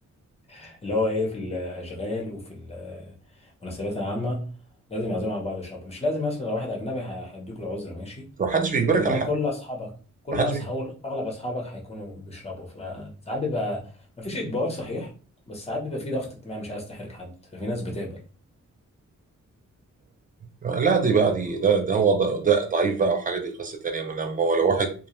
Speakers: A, on the left; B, on the right.
A: <laughs> اللي هو ايه في الأشغال وفي ال- المناسبات العامة لازم يعزموا على بعض ويشربوا مش لازم مثلا لو واحد أجنبي ه- هيديك العذر ماشي
B: ما حدش بيجبرك
A: انما
B: على حاجه
A: كل اصحابك كل
B: ما حدش
A: اصحاب
B: بيجبرك
A: اغلب اصحابك هيكونوا بيشربوا فساعات بيبقى مفيش اجبار صحيح بس ساعات بيبقى في ضغط اجتماعي مش عايز تحرج حد ففي ناس بتقبل
B: لا دي بقى دي ده ده هو ض- ده ضعيف بقى وحاجه دي قصه تانيه من لما هو لو
A: مم.
B: واحد